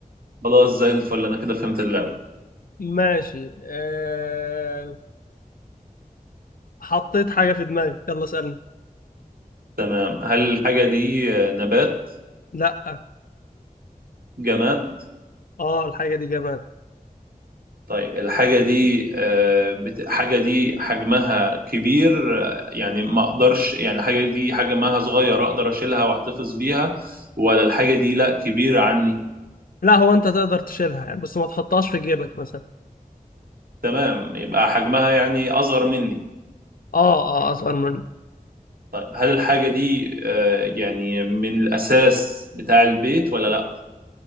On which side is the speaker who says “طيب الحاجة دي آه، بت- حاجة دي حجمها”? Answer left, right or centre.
Right